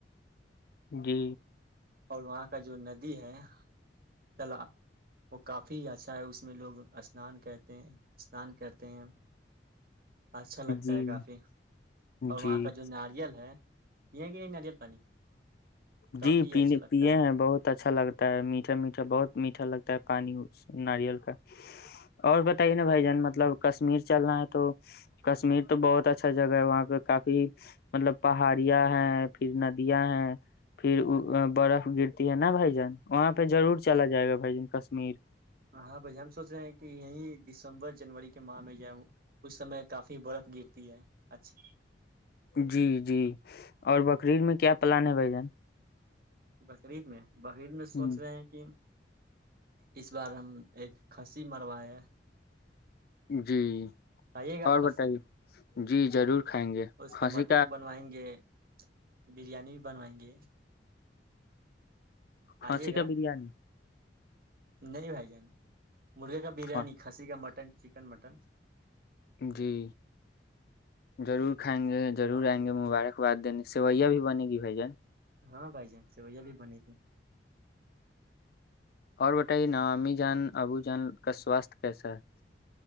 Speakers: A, on the left; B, on the right.
A: جی
B: اور وہاں کا جو ندی ہے تلا وہ کافی اچھا ہے اس میں لوگ اسنان کہتے ہیں اسنان کرتے ہیں اچھا لگتا
A: جی
B: ہے کافی اور وہاں
A: جی
B: کا جو ناریل ہے یہ کہ نہیںدیل پانی
A: جی
B: کافی
A: پینے
B: اچھا لگتا
A: پیے
B: ہے
A: ہیں بہت اچھا لگتا ہے میٹھا میٹھا بہت میٹھا لگتا ہے پانی اس ناریل کا اور بتائیے نا بھائی جان مطلب کشمیر چلنا ہے تو کشمیر تو بہت اچھا جگہ ہے وہاں پہ کافی مطلب پہاڑیاں ہیں پھر ندیاں ہیں پھر برف گرتی ہے نا بھائی جان وہاں پہ ضرور چلا جائے گا بھائی ج کا میر
B: ہ ہاں بھائی ہم سوچ رہے ہیں کہ یہی دسمبر جنوری کے ماہ میں ہے اس سمے کافی برف گرتی ہے اچھا
A: جی جی اور بکریید میں کیا پلان ہے بھ جن
B: بقرعید میں بقیر میں
A: ہوں،
B: سوچ رہے ہیں کہ اس بار ہم ایک کھسی مرواائے
A: جی
B: ائیے گا اپ
A: اور
B: کھسی
A: بتائیے جی ضرور کھائیں گے
B: اس
A: کھانسی
B: کا مٹن بنوائیں گے بریانی بھی بنوائیں گے
A: خصی
B: آئیے
A: کا
B: گا
A: بریانی
B: نہیں بھائی جانا مرغے کا بریانی
A: ہاں،
B: کھسی کا مٹن چکن مٹن
A: جی ضرور کھائیں گے ضرور آئیں گے مبارکباد دینے سوئیا بھی بنے گی بھ جان
B: ہاں بھائی جان سویا بھی بنے گے
A: بتائی نامی جان ابو جان کا سواستھ کیسا ہے